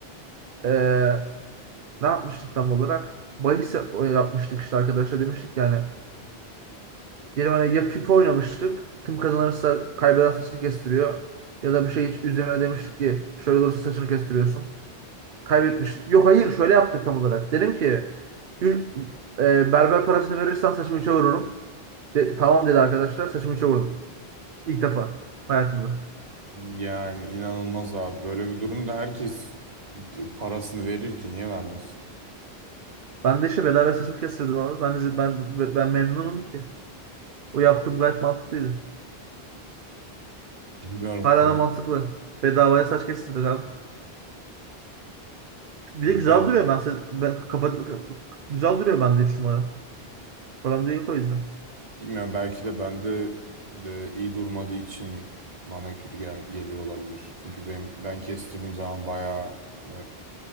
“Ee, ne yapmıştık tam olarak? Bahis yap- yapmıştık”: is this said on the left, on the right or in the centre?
Right